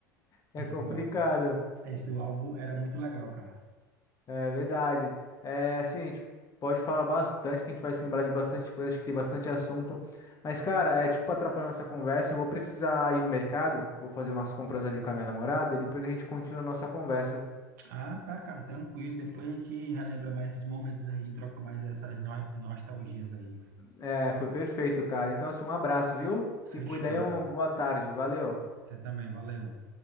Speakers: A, on the left; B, on the right.
A: é
B: esse
A: complicado.
B: do ál- esse do álbum era muito legal, cara.
A: É verdade. É assim, a gente pode falar bastante, que a gente vai se lembrar de bastante coisa, acho que tem bastante assunto. Mas, cara, é desculpa atrapalhar nossa conversa. Eu vou precisar ir no mercado, vou fazer umas compras ali com a minha namorada e depois a gente continua a nossa conversa.
B: Ah, tá, cara, tranquilo. Depois a gente relembra mais esses momentos aí, troca mais essas no- nostalgias aí.
A: É, foi perfeito, cara. Então, assim, um abraço, viu? Se
B: Fechou.
A: cuida aí, um boa tarde. Valeu.
B: Você também, valeu.